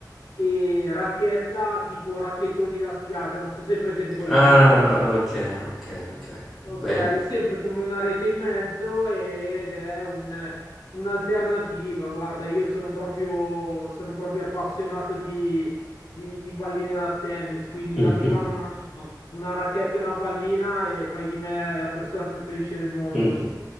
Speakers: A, on the left; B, in the centre.
A: e racchetta tipo racchettoni da spiaggia, non so se è presente quelli
B: Ah,
A: in plastica.
B: ok, ok, ok,
A: Ok,
B: bello.
A: sempre come una rete in mezzo ed è un- un'alternativa. Guarda, io sono proprio, sono proprio appassionato di, di- di palline da tennis, quindi
B: <laughs>
A: dammi in mano una, una racchetta e una pallina e fai di me la persona più felice del mondo.
B: Mh-mh.